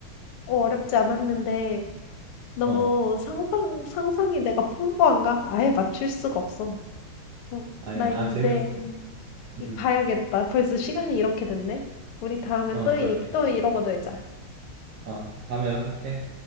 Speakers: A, on the left; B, on the right.
A: 어, 어렵지 않았는데, 너무
B: 어,
A: 상상, 상상이 내가 풍부한가? 아예 맞출 수가 없어. 음,
B: 아니야.
A: 나 이제
B: 아, 재밌었어.
A: 이
B: 음,
A: 가야겠다. 벌써 시간이 이렇게 됐네. 우리 다음에
B: 어,
A: 또
B: 그러게.
A: 얘기, 또 이러고 놀자.
B: 아, 다음에 연락할게.